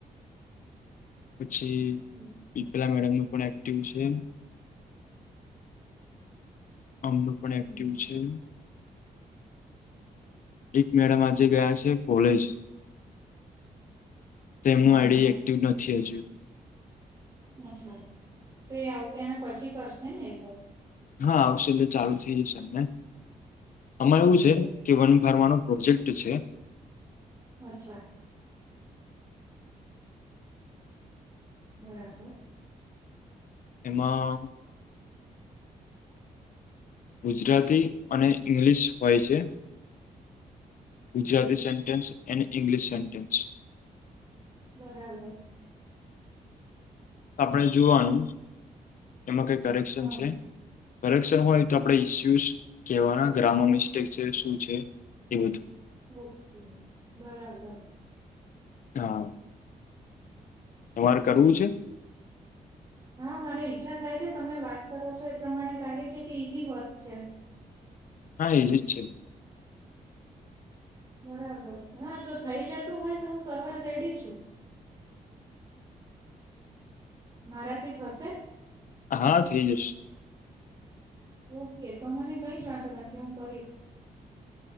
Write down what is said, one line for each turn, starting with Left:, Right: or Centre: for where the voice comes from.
Left: પછી
Right: હમ,
Left: પિપ્લા
Right: હમ,
Left: મેડમ નું પણ એક્ટિવ છે અમનું પણ
Right: હમ.
Left: એક્ટિવ છે એક મેડમ આજે ગયા સે કોલેજ તેમનું
Right: હા
Left: આઈડી
Right: હા
Left: એક્ટિવ નથી અજુ.
Right: અચ્છા એ તો એ આવશે એને પછી કરશે ને એવ.
Left: હા આવશે એટલે ચાલુ થઈ જશે એમણે આમા
Right: બરાબર
Left: એવું છે કે વન ફરવાનો પ્રોજે ક્ટ છે.
Right: અચ્છા બરાબર.
Left: એમાં ગુજરાતી અને ઇંગ્લિશ હોય છે. ગુજરાતી સેન્ટેન્સ અને ઇંગ્લિશ સેન્ટેન્સ.
Right: બરાબર.
Left: આપણે જોવાનું, એમાં કઈ કરેક્શન
Right: હા
Left: છે. કરેક્શન હોય તો, આપણે ઈસ્યુ કેવાના <unintelligible> મિસ્ટેક છે શું છે. એ.
Right: ઓકે, બરાબર.
Left: હા. તમારે કરવું છે.
Right: હા મારે ઈચ્છા થાય છે, તમે વાત કરો છો એ પ્રમાણે લાગે છે કે ઈઝી વર્ક છે.
Left: હા, ઈજી જ છે.
Right: બરાબર, હા તો થઇ જતો હોય તો હું કરવા રેડી છું. મારાથી થશે.
Left: હા, થઈ જશ.
Right: ઓકે, તો મને કઈ જ વાંધો નથી હું કરીશ.